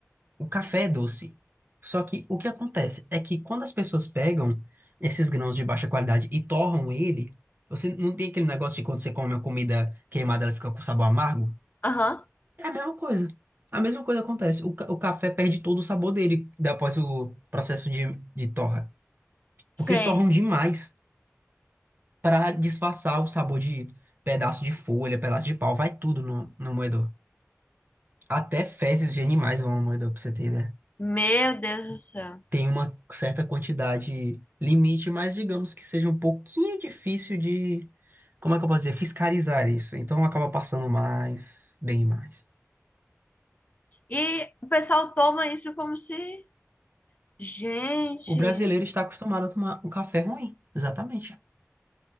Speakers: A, on the right; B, on the left.
A: O café é doce. Só que o que acontece é que quando as pessoas pegam esses grãos de baixa qualidade e torram ele, você não tem aquele negócio de quando você come uma comida queimada, ela fica com sabor amargo?
B: Aham,
A: É a mesma coisa. A mesma coisa acontece. O, ca- o café perde todo o sabor dele da- após o processo de, de torra.
B: sei.
A: Porque eles torram demais para disfarçar o sabor de pedaço de folha, pedaço de pau, vai tudo no, no moedor. Até fezes de animais vão no moedor, pra você ter ideia.
B: Meu Deus do céu.
A: tem uma certa quantidade limite, mas digamos que seja um pouquinho difícil de, como é que eu posso dizer, fiscalizar isso. Então acaba passando mais, bem mais.
B: E o pessoal toma isso como se, gente,
A: O brasileiro está acostumado a tomar um café ruim, exatamente. <laughs>